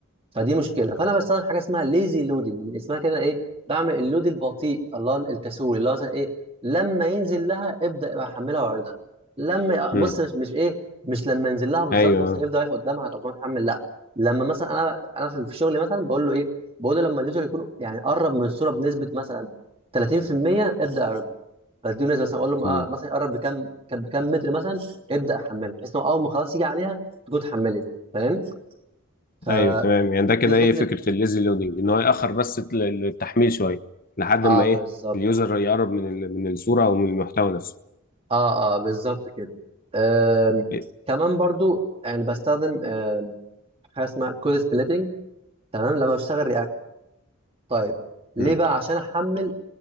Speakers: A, on the right (about 25°); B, on the left (about 45°).
A: فدي مشكله فانا بستخدم حاجه اسمها ليزي لودنج من اسمها كده ايه بعمل اللود البطيء الله الكسول اللي هو مثلا ايه لما ينزل لها ابدا يبقى احملها واعرضها لما بص
B: أمم.
A: مش, مش ايه مش لما ينزل لها بالظبط
B: ايوه
A: مثلا يفضل واقف قدامها طب ما نحمل لا لما مثلا انا انا في في شغلي مثلا بقول له ايه بقول له لما اليوزر يكون يعني قرب من الصوره بنسبه مثلا 30% ابدا اعرضه بديه نسبه مثلا اقول له
B: امم
A: آه مثلا يقرب بكام كام بكام متر مثلا ابدا احمله بحيث انه اول ما خلاص يجي عليها تكون اتحملت فاهم فدي
B: ايوه تمام يعني ده كده
A: فكره
B: ايه فكره الليزي لودنج ان هو ياخر بس ال- التحميل شويه لحد
A: اه
B: ما ايه
A: بالظبط
B: اليوزر يقرب من ال- من الصوره او من المحتوى نفسه
A: اه اه بالظبط كده آم،
B: إيه؟
A: كمان برضو يعني بستخدم آم، حاجه اسمها كود سبليتنج تمام لما بشتغل رياكت طيب ليه
B: أمم.
A: بقى عشان احمل